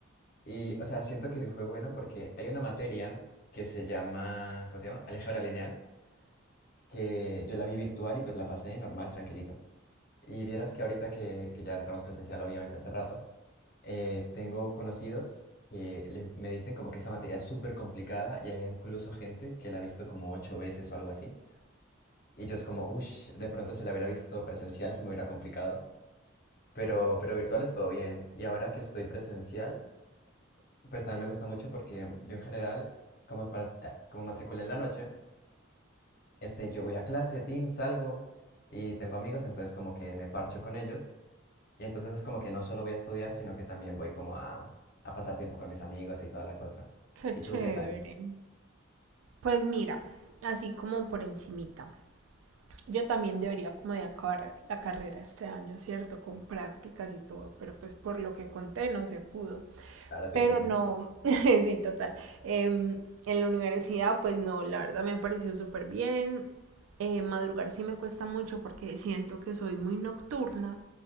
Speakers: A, on the left (about 45°); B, on the right (about 75°).
A: Y, o sea, siento que fue bueno porque hay una materia que se llama, ¿cómo se llama? Álgebra lineal, que yo la vi virtual y pues la pasé normal, tranquilito. Y vieras que ahorita que, que ya entramos presencial, obviamente hace rato, eh, tengo conocidos que les- me dicen como que esa materia es súper complicada y hay incluso gente que la ha visto como ocho veces o algo así. Y yo es como, uff, de pronto si la hubiera visto presencial se me hubiera complicado. pero, pero virtual es todo bien. Y ahora que estoy presencial, pues también me gusta mucho porque yo en general, como, para, eh, como matriculé en la noche, este, yo voy a clase, tin, salgo y tengo amigos, entonces como que me parcho con ellos. Y entonces es como que no solo voy a estudiar, sino que también voy como a, a pasar tiempo con mis amigos y toda la cosa.
B: <laughs> Qué
A: ¿Y
B: chévere.
A: tú qué tal?
B: Pues mira, así como por encimita. Yo también debería como de acabar la carrera este año, ¿cierto? Con prácticas y todo, pero pues por lo que conté no se pudo.
A: Ahora te
B: Pero
A: entiendo.
B: no, <laughs> sí, total. Em, en la universidad, pues no, la verdad me ha parecido súper bien. Eh, madrugar sí me cuesta mucho porque siento que soy muy nocturna,